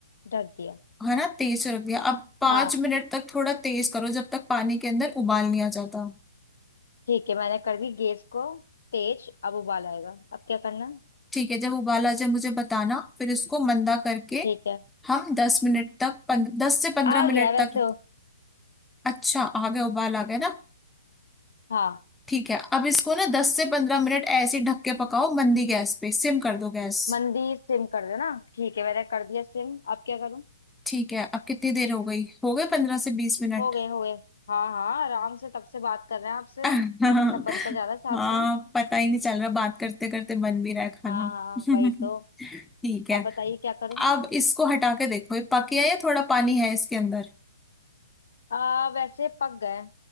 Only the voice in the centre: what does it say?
है ना तेज रख दिया अब पांच
मिनट तक थोड़ा तेज करो जब तक पानी के अंदर उबाल नहीं आ जाता
ठीक है जब उबाल आ जाए मुझे बताना फिर इसको मंदा करके
हम दस मिनट तक पन, दस से पंद्रह
मिनट
तक अच्छा आ गया उबाल आ गया ना
ठीक है अब इसको ना दस से पंद्रह मिनट ऐसे ही ढक के पकाओ मंदी गैस पे सिम कर दो गैस
ठीक है अब कितनी देर हो गई हो गए पंद्रह से बीस मिनट
<laughs>
हाँ
पता ही नहीं चल रहा बात करते करते बन भी रहा है खाना
<laughs>
ठीक है
अब इसको हटा के देखो ये पक गया या थोड़ा पानी है इसके अंदर